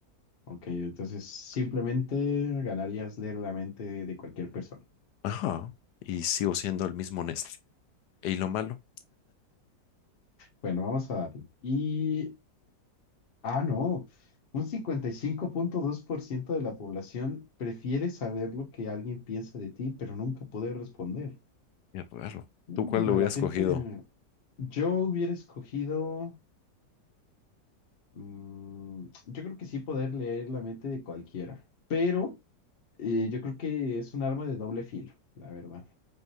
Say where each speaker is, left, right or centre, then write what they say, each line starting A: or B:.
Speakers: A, on the left; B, on the left.
A: Ok, entonces simplemente ganarías leer la mente de cualquier persona.
B: Ajá, y sigo siendo el mismo honesto. ¿Y lo malo?
A: Bueno, vamos a darle. Y, ah, no, un cincuenta y cinco punto dos por ciento de la población prefiere saber lo que alguien piensa de ti, pero nunca poder responder.
B: Qué raro.
A: Mm,
B: ¿Tú cuál lo
A: a
B: hubieras
A: la gente,
B: cogido?
A: yo hubiera escogido, mm, yo creo que sí poder leer la mente de cualquiera, pero eh, yo creo que es un arma de doble filo, la verdad,